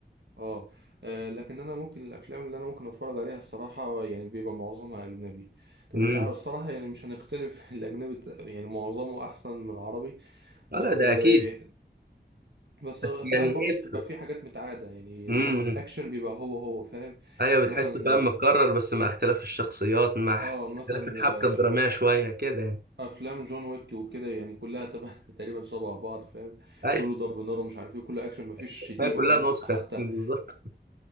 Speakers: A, on the right (about 75°); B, on the right (about 60°).
A: اه آه، لكن انا ممكن الافلام اللي انا ممكن اتفرج عليها الصراحه يعني بيبقى معظمها اجنبي طب
B: امم
A: انت عارف الصراحه يعني مش هنختلف <laughs> الاجنبي ت- يعني معظمه احسن من العربي
B: آه
A: بس
B: لا ده
A: آه،
B: اكيد
A: بس
B: بس يعني
A: ساعات
B: ايه
A: برضو بتبقى في حاجات متعاده يعني
B: امم
A: مثلا الاكشن بيبقى هو هو فاهم
B: ايوه بتحسه
A: مثلا
B: فاهم متكرر
A: س-
B: بس مع اختلاف الشخصيات مع ح-
A: اه مثلا
B: اختلاف الحبكة الدرامية
A: آه،
B: شوية كده يعني
A: افلام جون ويك وكده يعني كلها تبع <laughs> تقريبا شبه بعض فاهم
B: ايوه
A: كله ضرب نار ومش عارف ايه كله اكشن مفيش
B: <laughs>
A: شتيمه
B: هي كلها
A: في النص
B: نسخة
A: حتى
B: بالظبط